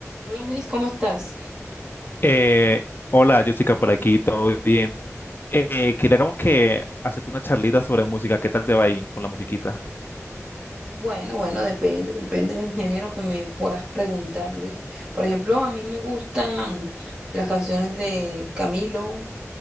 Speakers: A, on the right (about 15°); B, on the left (about 40°).
A: Hola Luis, ¿cómo estás?
B: Eh, hola, Jessica, por aquí, ¿todo bien? Eh, quería como que hacerte una charlita sobre música. ¿Qué tal te va ahí con la musiquita?
A: Bueno, bueno, depende, depende del género que me puedas preguntar, Luis. Por ejemplo, a mí me gustan las canciones de Camilo,